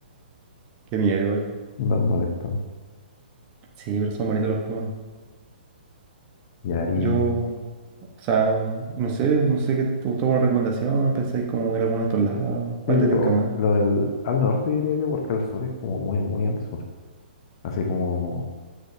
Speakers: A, on the right; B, on the left.
A: Qué miedo igual.
B: Andan molestando.
A: Sí, pero son bonitos los pumas.
B: Y ahí.
A: Yo, o sea, no sé, no sé qué te gustó alguna recomendación, pensáis como ir a alguno de estos lados, cuál
B: Sí, pero
A: te tinca más.
B: lo del. Al norte diría yo, porque al sur es como muy, muy al sur. Así como.